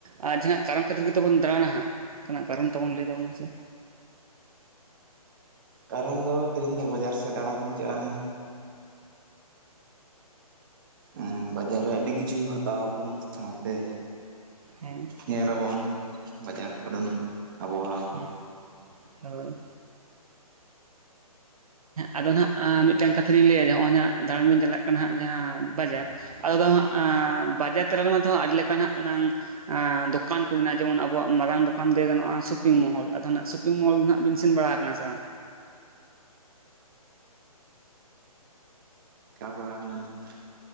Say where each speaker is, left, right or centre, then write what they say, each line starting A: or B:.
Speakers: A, on the right; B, on the right.
A: ᱟᱨ ᱡᱟᱦᱟᱱᱟᱜ ᱠᱟᱨᱚᱱ ᱠᱷᱟᱹᱛᱤᱨ ᱜᱮᱛᱚ ᱵᱚᱱ ᱫᱟᱬᱟᱱᱟ ᱦᱟᱸᱜ ᱚᱱᱠᱟᱱᱟᱜ ᱠᱟᱨᱚᱱ ᱛᱟᱵᱚᱱ ᱞᱟᱹᱭ ᱛᱟᱵᱚᱱ ᱢᱮᱥᱮᱼᱼ
B: ᱠᱟᱨᱚᱱ ᱫᱚ ᱛᱮᱦᱮᱧ ᱫᱚ ᱵᱟᱡᱟᱨ ᱥᱮᱫ ᱫᱟᱬᱟᱱ ᱵᱩᱱ ᱪᱟᱞᱟᱜ-ᱟ᱾ ᱦᱩᱸ ᱵᱟᱡᱟᱨ ᱨᱮ ᱟᱹᱰᱤ ᱠᱤᱪᱷᱩ ᱦᱟᱛᱟᱣ ᱟᱵᱚᱱ ᱥᱟᱶᱛᱮ
A: ᱦᱮᱸ
B: ᱧᱮᱞᱟᱵᱚᱱ ᱵᱟᱡᱟᱨ ᱠᱚᱨᱮᱱᱟᱜ ᱟᱵᱚᱦᱟᱣᱟ ᱠᱚ᱾
A: ᱦᱮᱸ ᱦᱳᱭ᱾ ᱮᱜᱸ ᱟᱫᱚ ᱦᱟᱸᱜ ᱢᱤᱫᱴᱟᱝ ᱠᱟᱛᱷᱟ ᱞᱤᱧ ᱞᱟᱹᱭᱟ ᱱᱚᱜᱼᱚᱭ ᱱᱟᱜ ᱫᱟᱬᱟᱱ ᱵᱤᱱ ᱪᱟᱞᱟᱜ ᱠᱟᱱᱟ ᱦᱟᱸᱜ ᱡᱟᱦᱟᱸ ᱵᱟᱡᱟᱨ ᱟᱫᱚ ᱟ ᱵᱟᱡᱟᱨ ᱛᱟᱞᱟ ᱨᱮᱢᱟ ᱛᱚ ᱟᱹᱰᱤ ᱞᱮᱠᱟ ᱱᱟᱜ ᱚᱱᱟᱝ ᱫᱚᱠᱟᱱ ᱢᱮᱱᱟᱜᱼᱟ ᱡᱮᱢᱚᱱ ᱟᱵᱚᱣᱟᱜ ᱢᱟᱨᱟᱝ ᱫᱚᱠᱟᱱ ᱞᱟᱹᱭ ᱜᱟᱱᱚᱜ ᱥᱚᱯᱤᱝ ᱢᱚᱦᱚᱞ ᱟᱫᱚ ᱱᱟᱦᱟᱜ ᱥᱚᱯᱤᱝ ᱢᱚᱦᱚᱞ ᱦᱟᱜ ᱵᱤᱱ ᱥᱮᱱ ᱵᱟᱲᱟ ᱟᱠᱟᱱᱟ ᱥᱮ ᱵᱟᱝ?
B: ᱠᱟᱵᱟᱲᱟ ᱟᱠᱟᱱᱟ ᱞᱤᱧ᱾